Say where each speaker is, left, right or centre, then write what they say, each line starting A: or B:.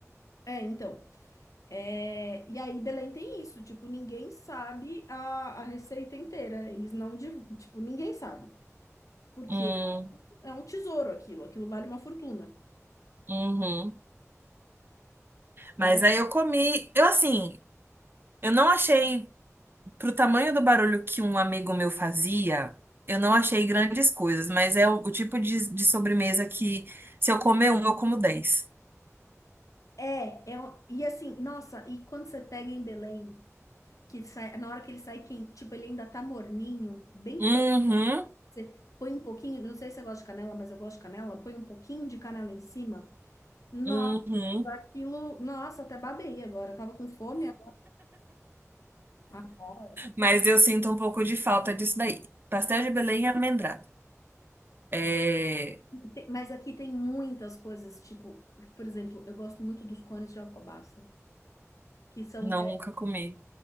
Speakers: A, on the left; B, on the right.
A: é, então. É, e aí Belém tem isso, tipo, ninguém sabe a, a receita inteira, eles não, div- tipo, ninguém sabe, porque
B: Hum,
A: é um tesouro aquilo, aquilo vale uma fortuna.
B: uhum.
A: Mas
B: Mas aí eu comi. Eu assim, eu não achei, pro tamanho do barulho que um amigo meu fazia, eu não achei grandes coisas, mas é o, o tipo de, de sobremesa que se eu comer um, eu como dez.
A: é, é, um- e assim, nossa, e quando você pega em Belém, que sai, na hora que ele sai, quem, tipo, ele ainda tá morninho, bem
B: Uhum,
A: Você põe um pouquinho, não sei se você gosta de canela, mas eu gosto de canela. Põe um pouquinho de canela em cima. Nossa,
B: uhum.
A: aquilo. Nossa, até babei agora. Eu tava com fome agora. Agora.
B: Mas eu sinto um pouco de falta disso daí. Pastel de Belém e amendrada. É,
A: Tem- Mas aqui tem muitas coisas, tipo, por exemplo, eu gosto muito dos cones de alcobaça, que são.
B: não,
A: É,
B: nunca comi.